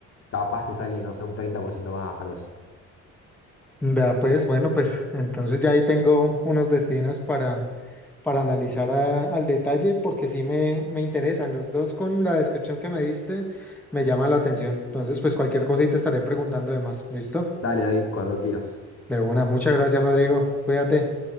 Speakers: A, on the left (about 50°); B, in the centre.
A: capaz te sale, no sé, un 30% más, algo así.
B: Vea pues, bueno, pues entonces ya ahí tengo unos destinos para, para analizar a- al detalle porque sí me, me interesan. Los dos con la descripción que me diste me llaman la atención. Entonces, pues cualquier cosa y te estaré preguntando de más. ¿Listo?
A: Dale, David, cuando quieras.
B: De una. Muchas gracias, Rodrigo. Cuídate.